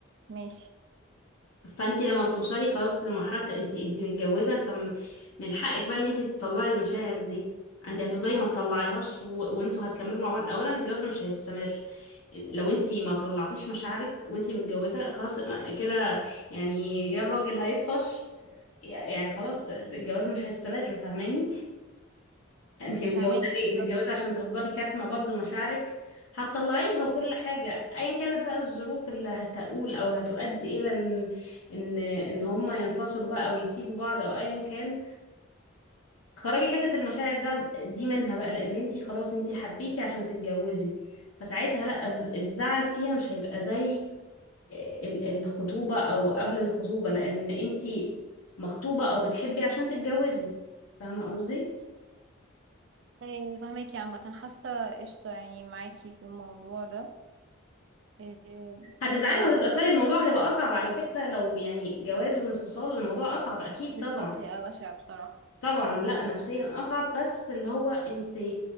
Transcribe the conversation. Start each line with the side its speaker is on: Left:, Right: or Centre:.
Right: ماشي
Left: فانت لما بتوصلي خلاص لمرحله انت انت متجوزه فمن حقك بقى ان انت تطلعي المشاعر دي انت هتفضلي ما تطلعيهاش و... وانتوا هتكملوا مع بعض اولا الجواز مش هيستمر لو انت ما طلعتيش مشاعرك وانت متجوزه خلاص كده يعني يا الراجل هيطفش يعني خلاص الجواز مش هيستمر فاهماني انتي متجوزة
Right: فهماكي
Left: ليه
Right: بالظبط.
Left: متجوزة عشان تفضلي كاتمة برضه مشاعرك هتطلعيها وكل حاجة ايا كانت بقى الظروف اللي هتقول او هتؤدي الى ان ان ان هما ينفصلوا بقى او يسيبوا بعض او ايا كان خرجي حتة المشاعر ده دي منها بقى لان انتي خلاص انتي حبيتي عشان تتجوزي فساعتها لا الز- الزعل فيها مش هيبقى زي آه، ال- الخطوبة او قبل الخطوبة لان انتي مخطوبة او بتحبي عشان تتجوزي فاهمة قصدي؟
Right: إيه، فهماكي عامة حاسة قشطة يعني معاكي في الموضوع ده إيه،
Left: هتزعلي
Right: فهو
Left: وهتتأثري الموضوع هيبقى أصعب على فكرة لو يعني جواز وانفصال الموضوع أصعب أكيد
Right: بالظبط
Left: طبعا
Right: هيبقى بشع بصراحة
Left: طبعا لا نفسيا أصعب بس اللي هو انت